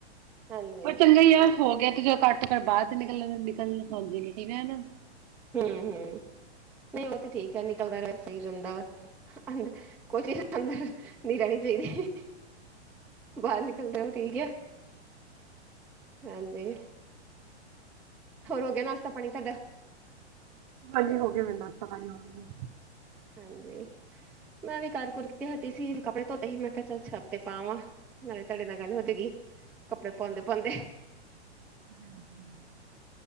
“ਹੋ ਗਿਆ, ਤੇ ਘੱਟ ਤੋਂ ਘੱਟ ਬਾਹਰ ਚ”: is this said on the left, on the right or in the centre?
Right